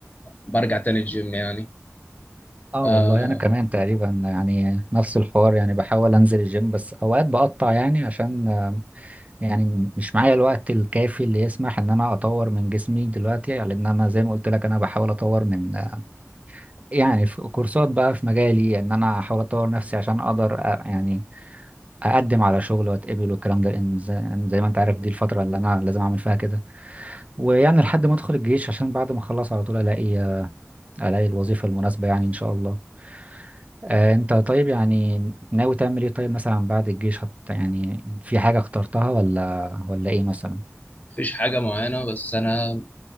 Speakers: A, on the left (about 35°); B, on the right (about 30°).
A: وبرجع تاني الجيم يعني
B: اه
A: آه،
B: والله انا كمان تقريبا يعني نفس الحوار يعني بحاول انزل الجيم بس اوقات بقطع يعني عشان آه، يعني مش معايا الوقت الكافي اللي يسمح ان انا اطور من جسمي دلوقتي يعني لان انا زي ما قلت لك انا بحاول اطور من آه، يعني في كورسات بقى في مجالي ان انا احاول اطور نفسي عشان اقدر آه، يعني اقدم على شغل واتقبل والكلام ده لان زي يعني زي ما انت عارف دي الفترة اللي انا لازم اعمل فيها كده ويعني لحد ما ادخل الجيش عشان بعد ما اخلص على طول الاقي آه، الاقي الوظيفة المناسبة يعني ان شاء الله آه، انت طيب يعني ناوي تعمل ايه طيب مثلا بعد الجيش هت يعني في حاجة اخترتها ولا ولا ايه مثلا
A: مفيش حاجة معينة بس أنا